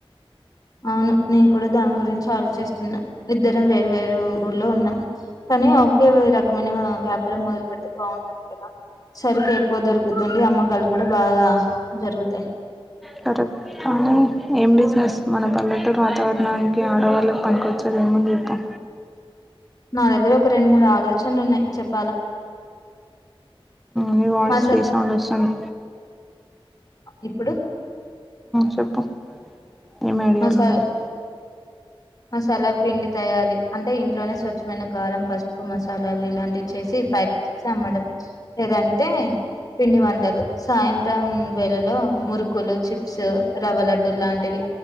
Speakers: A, on the left; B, in the centre.
A: అవును నేను కూడా దాని గురించి ఆలోచిస్తున్నా ఇద్దరం వేరు వేరు ఊర్లో ఉన్నాం ఒకే రకమైన వ్యాపారం మొదలు పెడితే బాగుంటుంది కదా సరుకు ఎక్కువ దొరుకుతుంది అమ్మకాలు కూడా బాగా జరుగుతాయి
B: సరే కానీ ఏం బిజినెస్ మన పల్లెటూరు వాతావరణానికి ఆడవాళ్ళకి పంకొచ్చది ఏముంది చెప్పు
A: నా దగ్గర ఒక రెండు మూడు ఆలోచనలు ఉన్నాయి చెప్ప
B: మీ వాయిస్
A: మసా
B: రీసౌండ్ వస్తుంది
A: ఇప్పుడు
B: చెప్పు ఏం ఐడియాలు
A: మసాలా
B: ఉన్నాయి
A: మసాలా పిండి తయారీ అంటే ఇంట్లోనే స్వచ్ఛమైన కరం పసుపు మసాలాలు ఇలాంటివి చేసి సి పక్ చేసి అమ్మడం లేదంటే పిండి వంటలు సాయంత్రం వేళలో మురుకులు చిట్ సు రవ్వ లడ్డూ లాంటివి